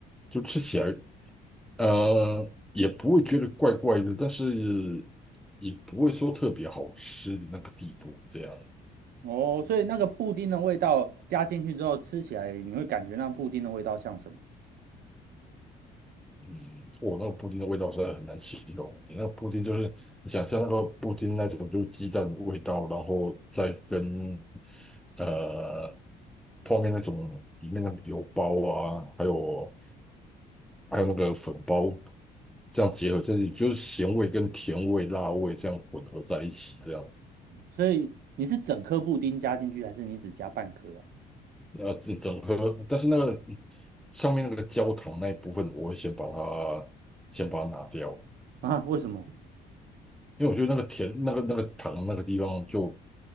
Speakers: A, in the centre; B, on the right.
A: 就吃起来。呃，也不会觉得怪怪的，但是也不会说特别好吃的那个地步。这样，
B: 哦，所以那个布丁的味道加进去之后，吃起来你会感觉那布丁的味道像什么？
A: 嗯，我那个布丁的味道实在很难形容。你那个布丁就是你想象那个布丁那种，就是鸡蛋的味道，然后再跟呃泡面那种里面那个油包啊，还有还有那个粉包这样结合在一起，就是咸味跟甜味、辣味这样混合在一起，这样
B: 所以你是整颗布丁加进去，还是你只加半颗啊？
A: 呃，整整合，但是那个上面那个焦糖那一部分，我会先把它先把它拿掉，
B: <laughs> 啊，为什么？
A: 因为我觉得那个甜那个那个糖那个地方就